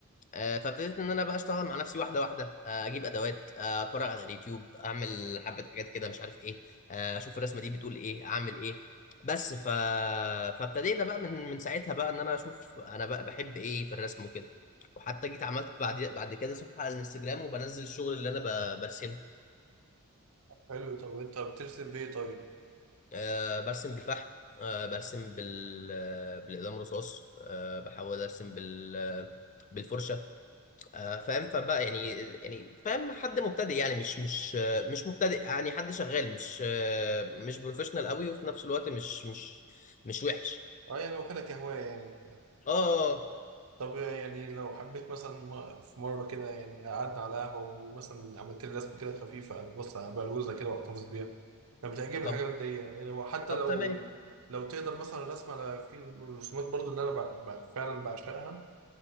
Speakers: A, on the left; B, on the right.
A: آه، فابتديت ان انا بقى اشتغل مع نفسي واحده واحده آه، اجيب ادوات آه، اتفرج على اليوتيوب اعمل حبه حاجات كده مش عارف ايه آه، اشوف الرسمه دي بتقول ايه اعمل ايه بس ف... فابتدينا بقى من من ساعتها بقى ان انا اشوف انا بقى بحب ايه في الرسم وكده وحتى جيت عملت بعد بعد كده صفحه على الانستجرام وبنزل الشغل اللي انا ب... برسمه
B: حلو طب انت بترسم بايه طيب
A: آه، برسم بالفحم آه، برسم بال... بالاقلام الرصاص آه، بحاول ارسم بال... آه، بالفرشه آه، فاهم فبقى يعني يعني فاهم حد مبتدئ يعني مش مش آه، مش مبتدئ يعني حد شغال مش آه، مش بروفيشنال قوي وفي نفس الوقت مش مش مش وحش
B: اه يعني واخدها كهوايه يعني
A: اه
B: طب يعني لو حبيت مثلا في مرة كده يعني قعدنا على قهوة ومثلا عملت لي رسمة كده خفيفة بص بلوزة كده واحتفظ بيها أنا بتعجبني
A: طب
B: الحاجات دي يعني وحتى
A: طب
B: لو
A: تمام
B: لو تقدر مثلا رسم على في الرسومات برضو اللي أنا ب... ب... فعلا بعشقها